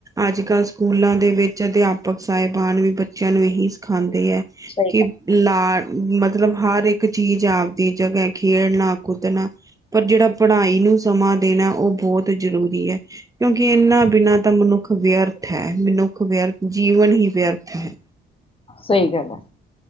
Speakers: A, on the right; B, on the left.
A: ਅੱਜ ਕੱਲ ਸਕੂਲਾਂ ਦੇ ਵਿੱਚ ਅਧਿਆਪਕ ਸਾਹਿਬਾਨ ਵੀ ਬੱਚਿਆਂ ਨੂੰ ਇਹੀ ਸਿਖਾਉਂਦੇ ਏ,
B: ਸਹੀ
A: ਕਿ
B: ਗੱਲ
A: ਲਾ ਮਤਲਬ ਹਰ ਇੱਕ ਚੀਜ਼ ਆਪਦੀ ਜਗ੍ਹਾ ਏ, ਖੇਡਣਾ ਕੁਦਣਾ ਪਰ ਜੇਹੜਾ ਪੜ੍ਹਾਈ ਨੂੰ ਸਮਾਂ ਦੇਣਾ ਏ, ਉਹ ਬਹੁਤ ਜ਼ਰੂਰੀ ਐ। ਕਿਉਂਕਿ ਏਨਾ ਬਿਨਾਂ ਤਾਂ ਮਨੁੱਖ ਖ ਵਿਅਰਥ ਹੈ। ਮਨੁੱਖ ਵਿਅਰਥ, ਜੀਵਨ ਹੀ ਵਿਅਰਥ ਹੈ।
B: ਸਈ ਗੱਲ ਹੈ।